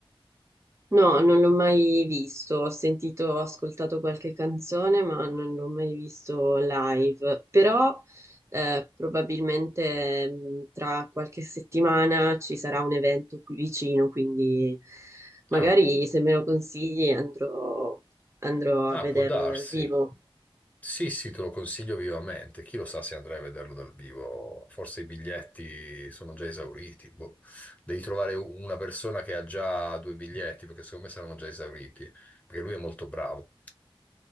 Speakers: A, on the right (about 30°); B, on the left (about 15°).
A: No, non l'ho mai visto, ho sentito, ho ascoltato qualche canzone, ma non l'ho mai visto live. Però eh, probabilmente mh, tra qualche settimana ci sarà un evento qui vicino, quindi magari
B: No.
A: se me lo consigli andrò, andrò
B: Ah,
A: a vederlo
B: può darsi.
A: dal vivo.
B: Sì, sì, te lo consiglio vivamente. Chi lo sa se andrai a vederlo dal vivo? Forse i biglietti sono già esauriti. boh. Devi trovare u- una persona che ha già due biglietti, perché secondo me saranno già esauriti, perché lui è molto bravo.